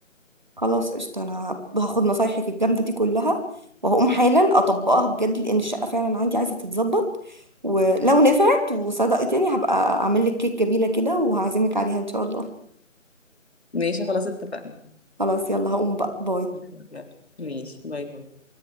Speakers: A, on the right; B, on the left.
A: خلاص قشطة انا هاخد نصايحك الجامدة دي كلها وهقوم حالا اطبقها بجد لان الشقة فعلا عندي عايزة تتظبط ولو نفعت وصدقت يعني هبقى اعمل لك كيك جميلة كده وهعزمك عليها ان شاء الله
B: ماشي خلاص اتفقنا
A: خلاص يلا هقوم بقى باي
B: <laughs> يلا ماشي باي باي